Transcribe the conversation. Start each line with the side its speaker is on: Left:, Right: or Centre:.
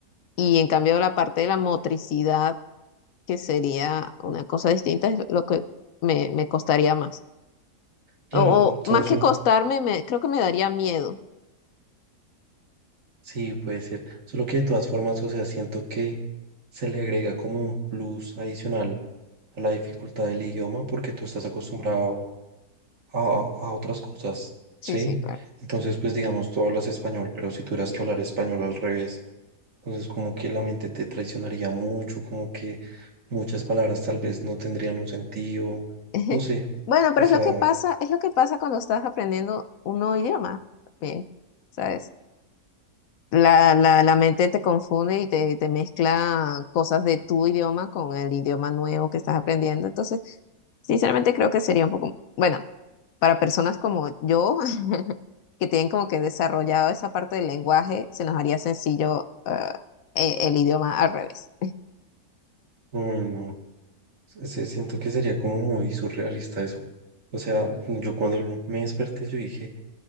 Left: Y en cambio, la parte de la motricidad, que sería una cosa distinta, es lo que me, me costaría más.
Right: Claro,
Left: O, o
Right: son,
Left: más
Right: son-
Left: que costarme, me, creo que me daría miedo.
Right: Sí, puede ser. Solo que de todas formas, o sea, siento que se le agrega como un plus adicional a la dificultad del idioma porque tú estás acostumbrado a, a otras cosas, ¿sí?
Left: Sí, sí, claro.
Right: Entonces, pues digamos, tú hablas español, pero si tuvieras que hablar español al revés, entonces como que la mente te traicionaría mucho, como que muchas palabras tal vez no tendrían un sentido,
Left: <laughs> Ujú.
Right: no sé,
Left: Bueno,
Right: o
Left: pero
Right: sea,
Left: es lo que pasa, es lo que pasa cuando estás aprendiendo un nuevo idioma también, ¿sabes? La, la, la mente te confunde y te, te mezcla cosas de tu idioma con el idioma nuevo que estás aprendiendo. Entonces, sinceramente creo que sería un poco, bueno, para personas como yo, <laughs> que tienen como que desarrollado esa parte del lenguaje, se nos haría sencillo ah, e- el idioma al revés.
Right: uy, no. se- siento que sería como muy surrealista eso. O sea, yo cuando lo- me desperté, yo dije,